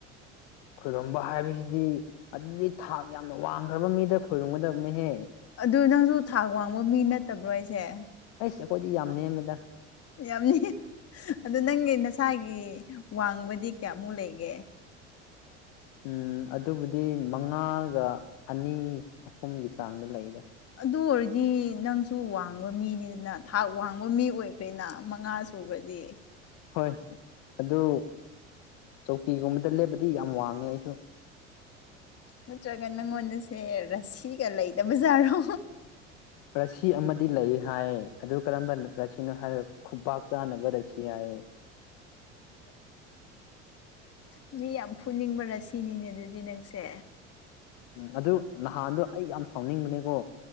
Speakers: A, on the left; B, on the left.
A: ꯈꯔꯝꯕ ꯍꯥꯏꯕꯁꯤꯗꯤ ꯑꯗꯨꯗꯤ ꯊꯥꯛ ꯌꯥꯝꯅ ꯋꯥꯡꯈ꯭ꯔꯕ ꯃꯤꯗ ꯈꯣꯏꯔꯨꯝꯒꯗꯕꯅꯦꯍꯦꯛ
B: ꯑꯗꯨ ꯅꯪꯁꯨ ꯊꯥꯛ ꯋꯥꯡꯕ ꯃꯤ ꯅꯠꯇꯕ꯭ꯔꯣ ꯑꯩꯁꯦ
A: ꯑꯩꯁ ꯑꯩꯈꯣꯏꯗꯤ ꯌꯥꯝ ꯅꯦꯝꯃꯦꯗ
B: ꯌꯥꯝꯅꯤ ꯑꯗꯨꯗ ꯅꯪꯒꯤ ꯅꯁꯥꯒꯤ ꯋꯥꯡꯕꯗꯤ ꯀꯌꯥꯃꯨꯛ ꯂꯩꯒꯦ
A: ꯎꯝ ꯑꯗꯨꯕꯨꯗꯤ ꯃꯉꯥꯒ ꯑꯅꯤ ꯑꯍꯨꯝꯒꯤ ꯆꯥꯡꯗ ꯂꯩꯒ
B: ꯑꯗꯨ ꯑꯣꯏꯔꯗꯤ ꯅꯪꯁꯨ ꯋꯥꯡꯕ ꯃꯤꯅꯤꯗꯅ ꯊꯥꯛ ꯋꯥꯡꯕ ꯃꯤ ꯑꯣꯏꯈ꯭ꯔꯦꯅ ꯃꯉꯥꯁꯨ ꯁꯨꯕꯗꯤ
A: ꯍꯣꯏ ꯑꯗꯨ ꯆꯧꯀꯤꯒꯨꯝꯕꯗ ꯂꯦꯞꯕꯗꯤ ꯌꯥꯝ ꯋꯥꯡꯉꯦ ꯑꯩꯁꯨ
B: ꯅꯠꯇ꯭ꯔꯒ ꯅꯪꯉꯣꯟꯗꯁꯦ ꯔꯁꯤꯒ ꯂꯩꯗꯕꯖꯥꯔꯣ
A: ꯔꯁꯤ ꯑꯃꯗꯤ ꯂꯩ ꯍꯥꯏ ꯑꯗꯨ ꯀꯔꯝꯕ ꯔꯁꯤꯅꯣ ꯍꯥꯏꯔꯒ ꯈꯨꯕꯥꯛ ꯆꯥꯅꯕ ꯔꯁꯤ ꯍꯥꯏꯌꯦ
B: ꯎ ꯃꯤ ꯌꯥꯝ ꯐꯨꯅꯤꯡꯕꯔꯥ ꯁꯤꯅꯤꯅꯦ ꯑꯗꯨꯗꯤ ꯅꯪꯁꯦ
A: ꯎꯝ ꯑꯗꯨ ꯅꯍꯥꯟꯗꯣ ꯑꯩ ꯌꯥꯝ ꯁꯥꯎꯅꯤꯡꯕꯅꯦꯀꯣ